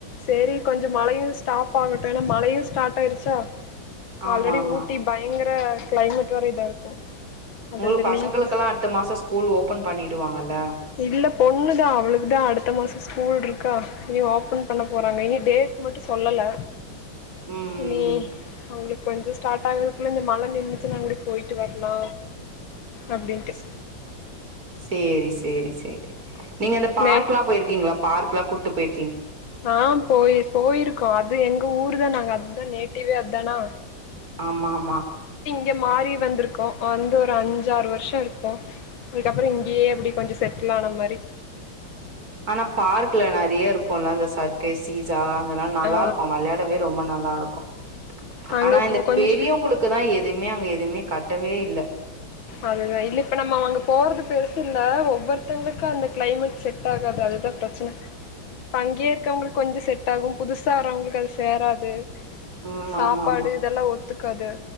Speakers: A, on the left; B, on the right.
A: சேரி கொஞ்சோ மழையு ஸ்டாப் ஆகட்டு ஏனா மழையு ஸ்டாட் ஆயிருச்சா
B: ஆமா
A: ஆல்ரெடி
B: ஆமா
A: ஊட்டி பயங்கர க்ளைமேட் ஒரே இதருக்கு அது
B: உங்களுக்கு
A: அந்த
B: பசங்களுக்கெல்லா
A: லீவு
B: அடுத்த மாச ஸ்கூல் ஓபன் பண்ணிடுவாங்கல்ல
A: இல்ல பொண்ணுதா அவுளுக்குதா அடுத்த மாசோ ஸ்கூல்ட்ருக்கா இங்கியு ஓப்பன் பண்ண போறாங்க இங்க டேட் மட்டு சொல்லல
B: ம்
A: இல்லையே அவுங்ளுக் கொஞ்ச ஸ்டாட் ஆகறகுள்ள இந்த மழ நின்னுச்சினாங்கூடி போய்ட்டு வர்லா அப்டின்ட்டு
B: ஸ் சேரி செரி சேரி நீங்க அந்த பார்க்
A: நே
B: எல்லா போயிருக்கீங்ளா பார்க்குலா கூட்டு போயி
A: ஆ போய் போயிருக்கோ அது எங்க ஊருதா நாங்க அந் தே நேட்டிவ்வே அத்தான
B: ஆமாமா
A: க மாறி வந்துருக்கோ வந்து ஒரு அஞ்சாறு வர்ஷோ இருக்கூ இதுக்கப்றோ இங்கியே அப்டி கொஞ்சோ செட்டில் ஆன மாரி
B: ஆனா பார்க்குல நெறையா இரு க்குல்ல சர்க்கே சீசா இதெல்லா நல்லாருக்கூ
A: ஆ
B: வெளாடவே ரொம்ப நல்லாருக்கூ
A: அங்க
B: ஆனா இந்த
A: போ கொஞ்சோ
B: பெரியவங்களுக்குதா எதுமே அங்க எ எதுமே கட்டவே இல்ல
A: அதுதா இல்ல இப்ப நம்ம அங்க போறது பெருசுல்ல ஒவ்வொருத்தங்ளுக்கு அந்த க்ளைமேட் செட் ஆகாது அதுதா ப்ரச்ன இப்ப அங்கே இருக்கவுங்ளுக்கு கொஞ்சோ செட் ஆகூ புதுசாரவுங்ளுக்கு அது சேராது
B: ம்
A: சாப்பாடு
B: ஆமாமா.
A: இதெல்லா ஒத்துக் கது